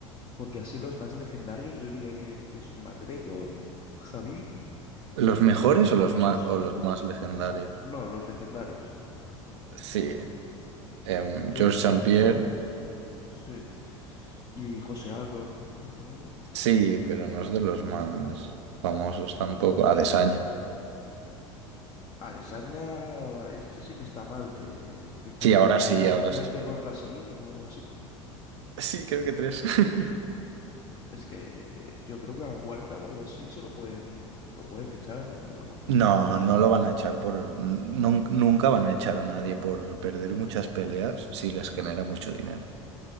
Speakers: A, on the left (about 30°); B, on the right (about 60°).
A: Porque así los más legendarios yo diría que, que son McGregor, Khabib,
B: los mejores
A: John Jones.
B: o los más o los más legendarios.
A: No, los legendarios.
B: Sí, em,
A: John
B: George
A: Jones,
B: Saint Pierre,
A: sí. Y José Aldo, ¿no? Supongo.
B: sí, pero no es de los más famosos tampoco. Adesanya.
A: Adesanya, este sí que está mal, que, que cre-
B: Sí, ahora
A: lleva
B: sí,
A: tres,
B: ahora
A: tres
B: sí.
A: derrotas seguidas o algo así.
B: Sí, creo que tres. <laughs>
A: Es que eh, yo creo que a la cuarta o algo así se lo pueden, lo pueden echar, ¿no? De la UFC.
B: No, no lo van a echar por... nun- nunca van a echar a nadie por perder muchas peleas si les genera mucho dinero.